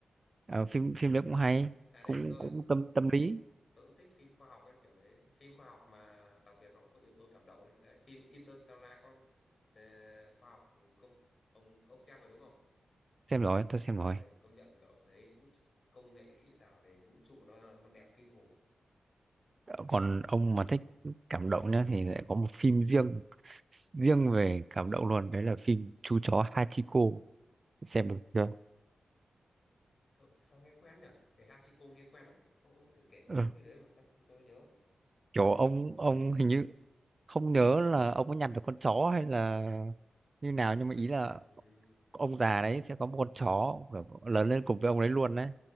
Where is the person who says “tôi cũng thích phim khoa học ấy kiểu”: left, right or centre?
Left